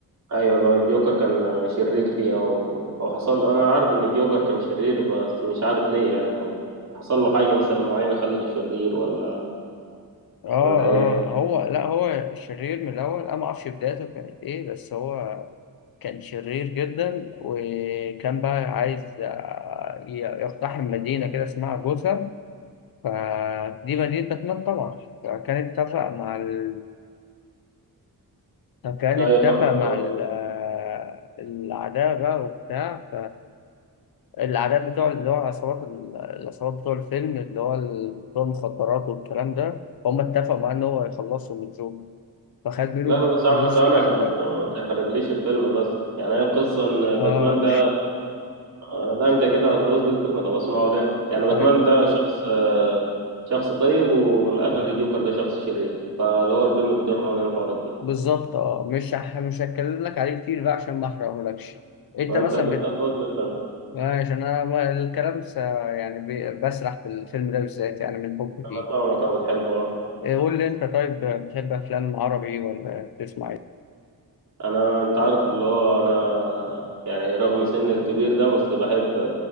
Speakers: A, on the right; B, on the left.
A: ايوه والله الجوكر كان شرير فيه او او حصل انا عارف ان الجوكر كان شرير بس مش عارف ليه يعني او حصل له حاجة مثلا معينة خلته شرير ولا
B: اه
A: ولا ايه
B: اه هو لا هو شرير من الأول أنا ما أعرفش بدايته كانت إيه بس هو كان شرير جدا وكان بقى عايز آه، ي- يقتحم مدينة كده اسمها جوثام فدي مدينة باتمان طبعا فكان اتفق مع ال... فكان
A: ايوه
B: اتفق
A: فاهمك
B: مع
A: اه
B: ال... آه، الأعداء بقى وبتاع فالأعداء بتوع اللي هو العصابات ال- العصابات بتوع الفيلم اللي هو ال- بتوع المخدرات والكلام ده هم اتفقوا معاه إن هو يخلصهم من الجوكر فخد منه
A: لا لا بس يا
B: فلوس
A: عم ثواني
B: كتيرة
A: عشان ما
B: بقى
A: ت- ما تحرقليش الفيلم بس يعني هي القصة ان
B: اه
A: باتمان ده آه، لا انت كده هتبوظ لي الفيلم ده بسمعه ليه يعني باتمان
B: <laughs> أيوة.
A: ده شخص شخص طيب ومن الاخر الجوكر ده شخص شرير فاللي هو الفيلم بيدور حوالين الحوارات دي
B: بالظبط اه مش هح- مش هتكلم لك عليه كتير بقى عشان ما احرقهولكش انت
A: وانت
B: مثلا
A: كنت
B: بت...
A: هتبوظ مثلا
B: عشان انا ما- الكلام س... يعني ب... بسرح في الفيلم ده بالذات يعني من حبي
A: انا
B: فيه
A: فاهمك انا بتحبه آه.
B: إيه، قول لي انت طيب بتحب افلام عربي ولا بتسمع ايه
A: انا انت عارف اللي هو انا يعني رغم سني الكبير ده بس بحب